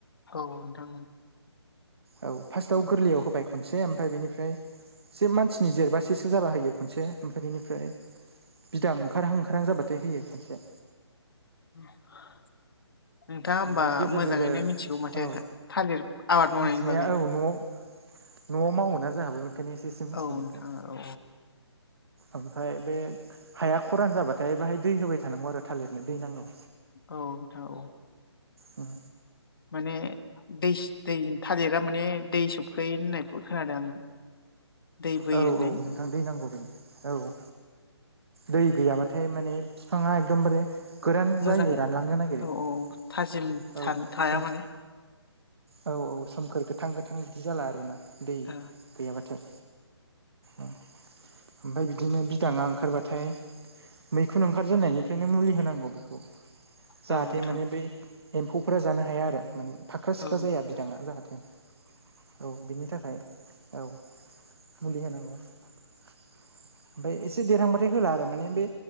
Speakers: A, on the left; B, on the right.
A: औ नोंथां
B: औ फार्स्टआव गोरलैयाव होबाय खनसे ओमफ्राय बेनिफ्राय ज मानसिनि जेरबासेसो जाबा होयो खनसे ओमफ्राय बेनिफ्राय बिदां ओंखारहां ओंखारहां जाबाथाय होयो। खनसे
A: <unintelligible> नोंथाङा होमबा
B: ओमफ्राय गेजेर
A: मोजाङैनो
B: गेजेर
A: मिथिगौ माथो
B: औ
A: थालिर आबाद मावनायनि
B: मिथिनाया
A: बागै
B: औ न'आव न'आव मावोन ना जोंहाबो बेखायनो एसे एसे मिथियो
A: औ
B: नोंथां।
A: औ
B: ओमफ्राय बे हाया खरान जाबाथाय बेहाय दै होबाय थानांगौ आरो थालिरनो दै नांगौ।
A: औ द औ
B: उम
A: माने दैस दै थालेरा माने दै सो खायो होननायखौ खोनादों आङो। दै बोयो
B: औ
A: होननाय
B: औ नोंथां दै नांगौ बे औ दै गैयाबाथाय माने बिफाङा एकदमबारे गोरान
A: मोजां
B: जायो रानलांनो नागिरो
A: औ
B: औ
A: औ थाजिम थाया
B: सो
A: माने
B: औ औ सोमखोर गोथां गोथां बिदि जाला आरोना दै
A: औ
B: गैयाब्लाथाय ओम ओमफ्राय बिदिनो बिदाङा ओंखारबाथाय मैखुन ओंखारजेननायनिफ्रायनो मुलि होनांगौ बेखौ जाहाथे
A: नोंथां
B: माने बै एम्फौफोरा जानो हाया आरो माने फा
A: औ
B: ख्रा जाया बिदाङा जाहाथे औ बिनि थाखाय औ मुलि होनांगौ ओमफ्राय एसे देरहांबाथाय होला आरो माने बे